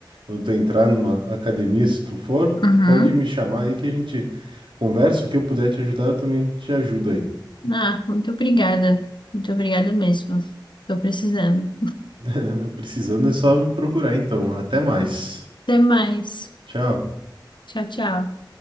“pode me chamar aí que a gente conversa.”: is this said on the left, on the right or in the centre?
Right